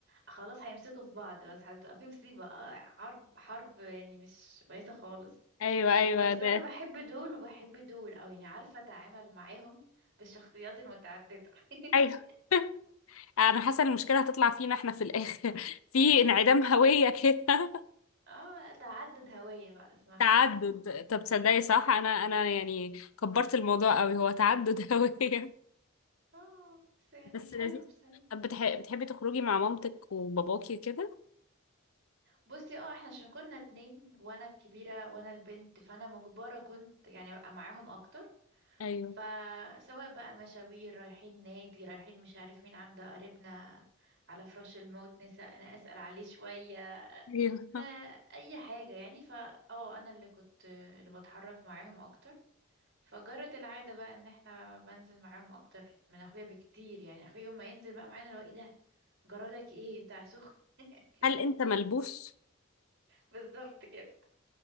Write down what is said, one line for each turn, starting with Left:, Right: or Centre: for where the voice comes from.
Right: خلاص هيمسكوا في بعض بس هتبقى في مصيبة آه، حرب حرب يعني مش كويسة خالص
Left: ايوه ايوه
Right: بس
Left: ده
Right: انا بحب دول وبحب دول او يعني عارفة اتعامل معاهم بالشخصيات المتعددة
Left: ايوه
Right: <laughs>
Left: <laughs> انا حاسة ان المشكلة هتطلع فينا احنا في الاخر <laughs> في انعدام هوية كده
Right: اه تعدد هوية بقى
Left: <laughs>
Right: اسمها
Left: تعدد طب تصدقي صح انا انا يعني كبرت الموضوع قوي هو تعدد <laughs> هوية
Right: <laughs> اه بس يعني
Left: بس
Right: حلو
Left: لذيذ
Right: بس حلو
Left: طب بتح... بتحبي تخرجي مع مامتك وباباكي كده
Right: بصي اه احنا عشان كنا اتنين وانا الكبيرة وانا البنت فانا مجبرة كنت يعني ابقى معاهم اكتر
Left: ايوه
Right: فسواء بقى مشاوير رايحين نادي رايحين مش عارف مين عند قريبنا على فراش الموت نسأل انا اسأل عليه شوية
Left: ايوه
Right: نا اي حاجة يعني فا اه انا اللي كنت اللي بتحرك معاهم اكتر فجرت العادة بقى ان احنا بنزل معاهم اكتر من اخويا بكتير يعني اخويا يوم ما ينزل بقى معانا لو ايه ده جرالك ايه انت سخن <laughs> كده
Left: هل
Right: يعني.
Left: انت ملبوس
Right: بالظبط كده